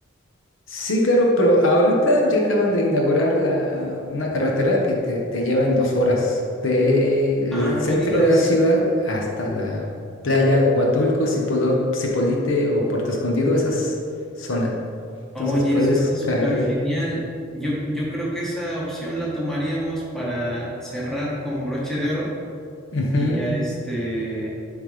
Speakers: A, on the left; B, in the centre.
A: Sí, claro, pero ahorita ya acaban de inaugurar la- una carretera que te, te lleva en dos horas del
B: Ah, no
A: centro
B: me digas.
A: de la ciudad hasta la playa de Huatulco, Cipolo- Cipolite o Puerto Escondido, esa es zona. Entonces
B: Oye,
A: puedes
B: eso está
A: caerle.
B: súper genial. Yo, yo creo que esa opción la tomaríamos para cerrar con broche de oro
A: Ujú.
B: Y ya este,